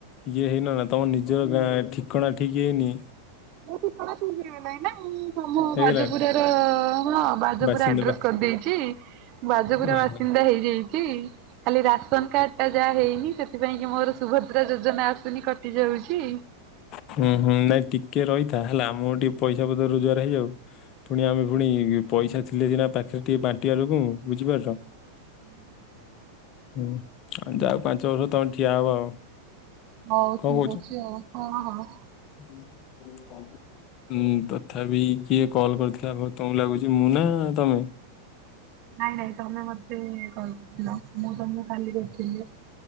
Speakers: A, on the left (about 35°); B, on the right (about 40°).
A: ଇଏ ହେଇନ ନା ତମ ନିଜ ଗାଁ ଠିକଣା ଠିକ ହେଇନି।
B: ମୋ ଠିକଣା ରିଲାଣି ନା ମୁଁ ତମ
A: ହେଇଗଲାଣି
B: ଭାଜପୁର ର ହଁ। <unintelligible> ବାଜ
A: ବାସିନ୍ଦା
B: ପୁରା ଆଡ୍ରେସ
A: ବା
B: କରିଦେଇଛି ବାଜପୁରା
A: ଓହୋ
B: ବାସିନ୍ଦା ହେଇଯାଇଛି। ଖାଲି ରାସନ କାର୍ଡ ଟା ଯାହା ହେଇନି ସେଥିପାଇଁ କି ମୋର ସୁଭଦ୍ରା ଯୋଜନା ଆସୁନି କଟି ଟି ଯାଉଛି।
A: ହୁଁ ହୁଁ ନାଇଁ ଟିକେ ରହିଥା ହେଲା ଆମ ଟିକେ ପଇସା ପତ୍ର ରୋଜଗାର ହେଇଯାଉ। ପୁଣି ଆମେ ପୁଣି ପଇସା ଥିଲେ ସିନା ପାଖରେ ଟିକେ ବାଣ୍ଟିବା ଲୋକମାନଙ୍କୁ ବୁଝିପାରଛ।
B: ହୁଁ ହୁଁ।
A: ହୁଁ ଆଉ ଯାଉ ପାଞ୍ଚ ବର୍ଷ ତମେ ଠିଆ ହବ।
B: ହଉ
A: କଣ କହୁଛ?
B: ଠିକ ଅଛି ଆଉ ହଁ ହଁ।
A: <unintelligible> ଉୁଁ ତଥାପି କିଏ କଲ୍ କରିଥିଲା ହଉ ତମ ଲାଗୁଛି ମୁଁ ନା ତମେ?
B: ନାଇଁ ନାଇଁ ତମେ ମତେ କଲ୍ କରଥିଲ ମୁଁ ତମକୁ କାଲି କରିଥିଲି।